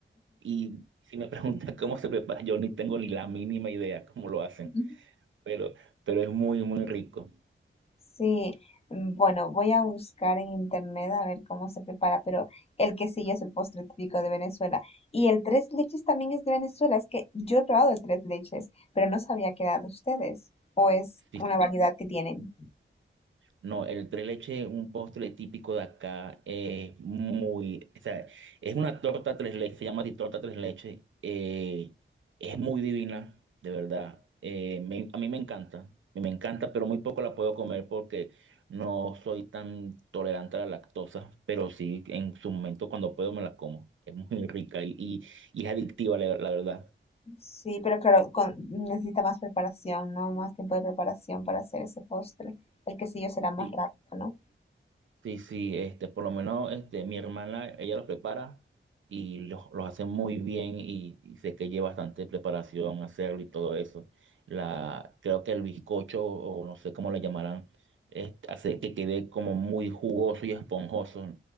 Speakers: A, on the right; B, on the left.
A: Y si me <laughs> preguntan cómo se prepara, yo ni tengo ni la mínima idea cómo lo hacen,
B: Ujú.
A: pero, pero es muy, muy rico.
B: Sí, mm, bueno, voy a buscar en internet a ver cómo se prepara, pero el quesillo es el postre típico de Venezuela. Y el tres leches también es de Venezuela. Es que yo he probado el tres leches, pero no sabía que era de ustedes. O es
A: Sí,
B: una
A: sí.
B: variedad que tienen.
A: No, el tres leches es un postre típico de acá, es muy, o sea, es una torta tres leches, se llama así, torta tres leches, eh, es muy divina, de verdad, eh, me- a mí me encanta, me encanta, pero muy poco la puedo comer porque no soy tan tolerante a la lactosa, pero sí, en su momento cuando puedo me la como, es muy rica y, y, y es adictiva, la, la verdad.
B: Sí, pero claro, con- necesita más preparación, ¿no? Más tiempo de preparación para hacer ese postre. El quesillo será más
A: Sí.
B: rápido, ¿no?
A: Sí, sí, este, por lo menos este, mi hermana, ella los prepara y los, los hace muy bien y, y sé que lleva bastante preparación hacerlo y todo eso. La, creo que el bizcocho, o no sé cómo le llamarán, es- hace que quede como muy jugoso y esponjoso.